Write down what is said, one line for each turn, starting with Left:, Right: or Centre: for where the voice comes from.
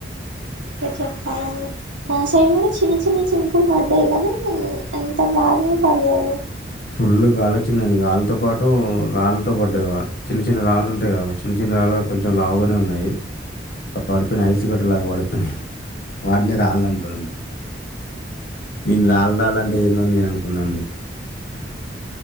Right: మీరె చెప్పాలండి మాసైడ్ గుడా చిన్న చిన్న చిన్ పడ్డాయ్ గాని అంత బాగెం పడలేదు
Left: ఫుల్లు గాలి వచ్చింది గాలితో పాటు రాళ్తో పడ్డాయ్ చిన్న చిన్న రాళ్ళు ఉంటాయి కదా చిన్న చిన్న రాళ్ళు కాదు కొంచెం లావుగానే ఉన్నాయి అట్ల పడిపోయినాయ్ ఐసు గడ్డ లాగా పడిపో వాటినే రాలంటారు నేను రాలు రాలు అంటే ఏందో అని నేను అనుకున్నా